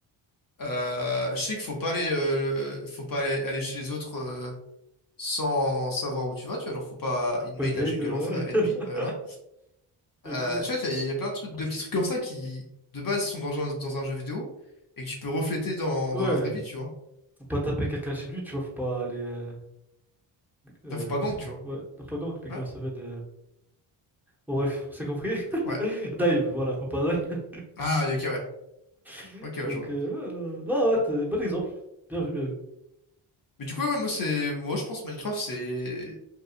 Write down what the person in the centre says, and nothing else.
Point de
ouais.
<laughs> Ok.
Ouais,
faut pas taper quelqu'un chez lui, tu vois, faut pas aller. euh, Euh,
comment
ça s'appelle?
Ouais, non, pas gank, mais
comment ça s'appelle? euh, Bon, bref, on s'est compris.
<laughs> Dive, voilà, faut pas dive.
<laughs>
Donc,
euh, ouais, non, non, ouais, t'es- bon exemple. Bien vu, bien vu.